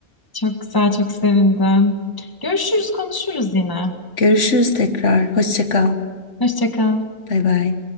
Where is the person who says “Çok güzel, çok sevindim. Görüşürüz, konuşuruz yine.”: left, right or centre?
Left